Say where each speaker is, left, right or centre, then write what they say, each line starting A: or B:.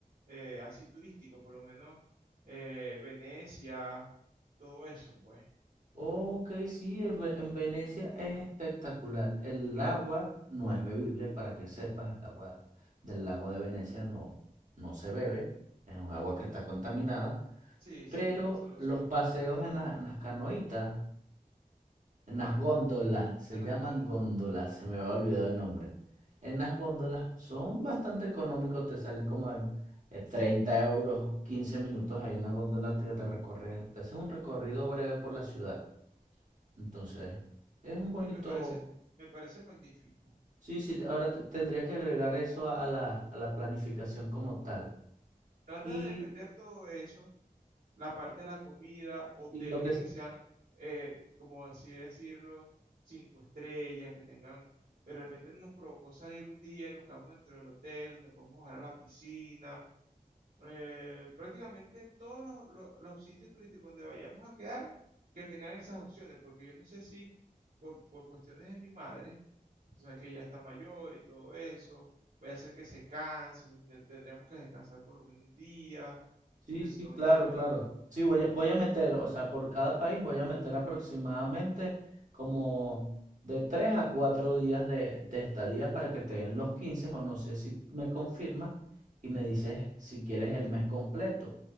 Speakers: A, on the right; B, on the right.
A: eh, así turísticas, por lo menos eh, Venecia, todo eso, pues.
B: Ok, sí, en, Ve- en Venecia es espectacular. El agua no es bebible, para que sepas, el agua del lago de Venecia no, no se bebe, es un agua que está contaminada
A: Sí, sí,
B: Pero
A: eso lo
B: los
A: sé.
B: paseos en, la- en las canoitas, en
A: Ajá,
B: las góndolas, se
A: en las
B: llaman
A: góndolas.
B: góndolas, se me había olvidado el nombre. En las góndolas son bastante económicos, te salen como en eh, 30 euros, 15 minutos ahí en la góndola que te recorre, te hacen un recorrido breve por la ciudad. Entonces, es un bonito...
A: Sí, me parece, me parece magnífico.
B: Sí, sí, ahora te- tendría que agregar eso a, a la, a la planificación como tal.
A: Trata
B: Y,
A: de meter todo eso, la parte de la comida, hoteles
B: y lo que
A: que sean, eh, como así decirlo, cinco estrellas, que tengan, de repente nos provocó salir un día y nos quedamos dentro del hotel, donde podemos bajar a la piscina, eh, prácticamente en todos los, los- los sitios turísticos donde vayamos a quedarnos, que tengan esas opciones, porque yo no sé si por, por cuestiones de mi madre, o sea, que ya está mayor y todo eso, vaya a ser que se canse, o sea, tendríamos que descansar por lo menos un día,
B: Sí,
A: entonces,
B: sí, claro, claro.
A: ujú.
B: Sí, voy a, voy a meter, o sea, por cada país voy a meter aproximadamente como de tres a cuatro días de, de estadía para que te den los 15 o no sé si me confirmas y me dices si quieres el mes completo.